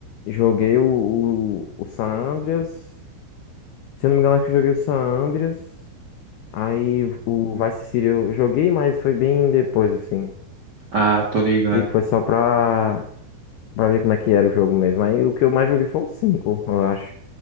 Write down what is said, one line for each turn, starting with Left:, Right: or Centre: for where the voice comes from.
Left: Joguei o, o, o San Andreas. Se eu não me engano, acho que eu joguei o San Andreas. Aí o Vice City eu joguei, mas foi bem depois, assim.
Right: Ah, tô ligando.
Left: Tipo, foi só pra, pra ver como é que era o jogo mesmo. Aí o que eu mais joguei foi o 5, eu acho.